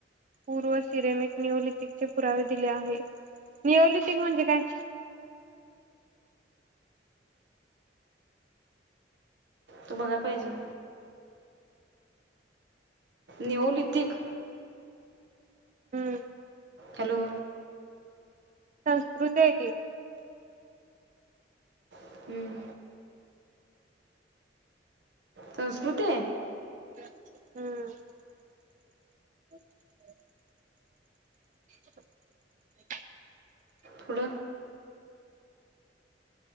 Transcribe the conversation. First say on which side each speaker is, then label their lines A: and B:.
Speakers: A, on the right; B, on the right.
A: पूर्व सिरेमिक नियोलितिक चे पुरावे दिले आहे नियोलितिक म्हणजे काय?
B: तू बघाय पाहिजे....... नियोलितिक
A: हम्म
B: हॅलो
A: संस्कृते की.....
B: हम्म. संस्कृते...
A: हम्
B: पुढ